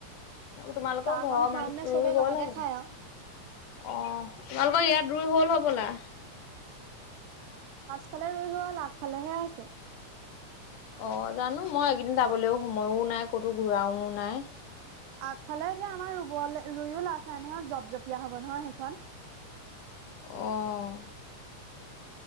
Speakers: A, on the left; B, on the right.
A: তোমালোকৰ
B: চাহকণ
A: ঘৰৰ
B: খাওঁতে
A: <unintelligible> ৰোই
B: চবে
A: গ'ল
B: লগতে
A: হ'বলা?
B: খাই
A: অ'!
B: আৰু
A: তোমালোকৰ ইয়াত ৰুই হ'ল হ'বলা?
B: সেইফালে ৰোই হ'ল, আগফালেহে আছে।
A: অ'! জানোঁ, মই এইকেইদিন যাবলৈও সময়ো নাই, ক'তো ঘূৰাও নাই।
B: আগফালে এতিয়া আমাৰ ৰোবলে, ৰোইয়ো লাভ নাই নহয়! জপজপীয়া হ'ব নহয়, সেইখন।
A: অ'!